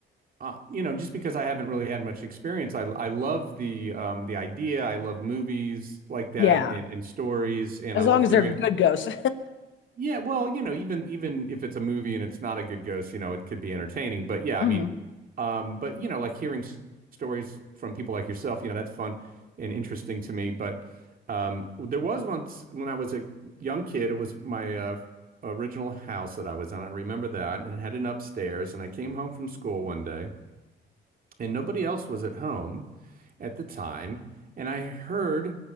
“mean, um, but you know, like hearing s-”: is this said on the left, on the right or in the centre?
Right